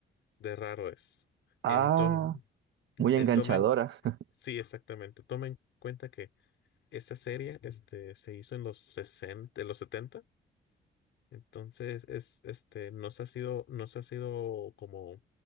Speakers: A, on the left (about 70°); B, on the right (about 70°).
A: de raro es.
B: Ah,
A: En tom,
B: muy enganchadora.
A: en tomen,
B: <laughs>
A: sí, exactamente. Tomen en cuenta que Esta serie, Mm. este, se hizo en los sesenta en los setenta entonces es, este, no se ha sido, no se ha sido como